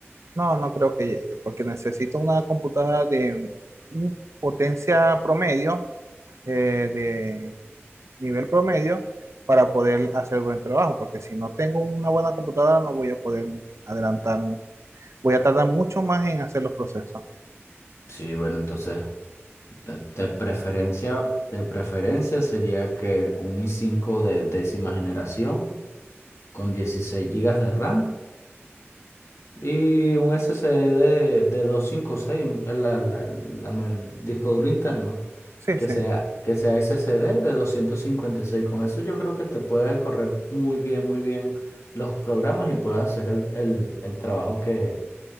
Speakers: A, on the right; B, on the left.
A: No, no creo que llegue, porque necesito una computadora de un potencia promedio, eh, de nivel promedio, para poder hacer buen trabajo, porque si no tengo una buena computadora no voy a poder adelantar voy a tardar mucho más en hacer los procesos.
B: Sí, bueno, entonces, de, de preferencia, de preferencia sería que un i cinco de décima generación con 16 gigas de RAM y un SSD de, de 256, un- el, el- la la- el disco duro interno.
A: Sí,
B: que
A: sí.
B: sea, que sea SSD de doscientos cincuenta y seis Con eso yo creo que te puede correr muy bien, muy bien los programas y puedes hacer el, el- el trabajo que,